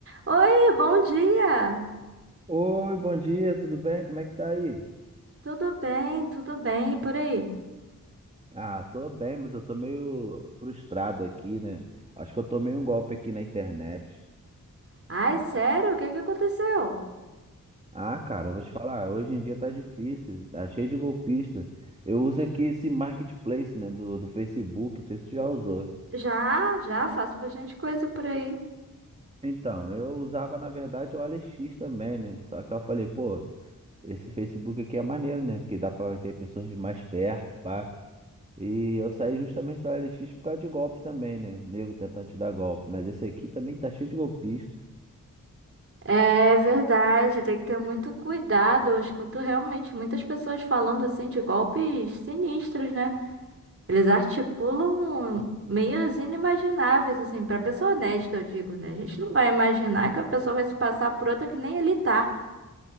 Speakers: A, on the right (about 45°); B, on the right (about 20°).
A: Oi, bom dia!
B: Oi, bom dia, tudo bem? Como é que tá aí?
A: Tudo bem, tudo bem, e por aí?
B: Ah, tô bem, mas eu tô meio frustrado aqui, né? Acho que eu tomei um golpe aqui na internet.
A: Ai, sério, o que que aconteceu?
B: Ah, cara, eu vou te falar, hoje em dia tá difícil, tá cheio de golpista. Eu uso aqui esse marketplace, né, do, do Facebook, não sei se tu já usou.
A: Já, já faço bastante coisa por aí.
B: Então, eu usava, na verdade, o AliEx também, né? Só que eu falei, pô, esse Facebook aqui é maneiro, né? Porque dá pra ver pessoas de mais perto, pá. E eu saí justamente da OLX por causa de golpe também, né? Nego tentando te dar golpe. Mas esse aqui também tá cheio de golpista.
A: É verdade, tem que ter muito cuidado. Eu escuto realmente muitas pessoas falando assim de golpes sinistros, né? Eles articulam meios inimagináveis, assim, pra pessoa honesta, eu digo, né? A gente não vai imaginar que a pessoa vai se passar por outra que nem ele tá.